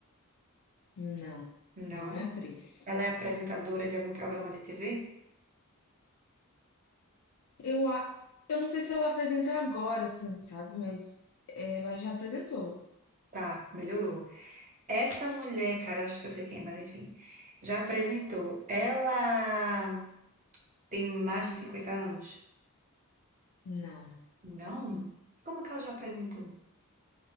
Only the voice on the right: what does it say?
Não.
Ela é apresentadora de algum programa de TV?
Tá, melhorou. Essa mulher, cara, eu acho que eu sei quem é, mas enfim, já apresentou. Ela tem mais de 50 anos?
Não? Como que ela já apresentou?